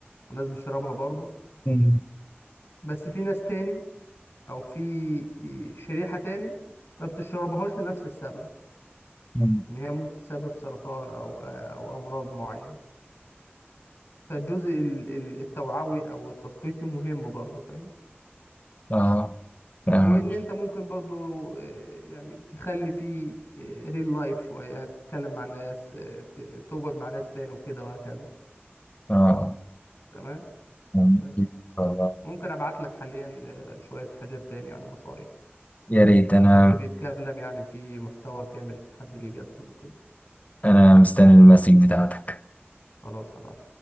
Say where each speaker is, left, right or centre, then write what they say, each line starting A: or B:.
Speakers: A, on the left; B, on the left.
A: وناس بتشربها برضو
B: مم.
A: بس في ناس تاني او في شريحة تاني ما بتشربهاش لنفس السبب
B: مم.
A: ان هي ممكن تسبب سرطان او او امراض معينة فالجزء ال- ال- التوعوي او التثقيفي مهم برضو فاهم
B: اه فاهمك
A: وان انت ممكن برضو آه، يعني تخلي فيه ريل لايف شوية يعني تتكلم مع الناس آه، ت- تقعد مع ناس تاني وكده وهكذا
B: اه
A: تمام
B: فاهمك.
A: بس
B: والله
A: ممكن ابعت لك حاليا آه، شوية حاجات تاني يعني نصايح
B: يا ريت
A: آه،
B: انا
A: حد بيتكلم يعني في محتوى كامل حد بيقدمه كده
B: انا مستني المسج بتاعتك
A: خلاص هبعت